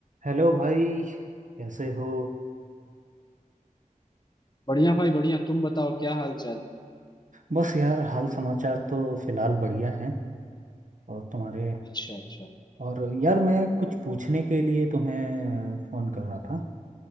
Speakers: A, on the right; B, on the left.
A: Hello भाई कैसे हो
B: बढ़िया भाई बढ़िया तुम बताओ क्या हाल चाल
A: बस यार हाल समाचार तो फिलहाल बढ़िया हैं और तुम्हारे
B: अच्छा अच्छा
A: और यार मैं कुछ पूछने के लिए तुम्हें फ़ोन कर रहा था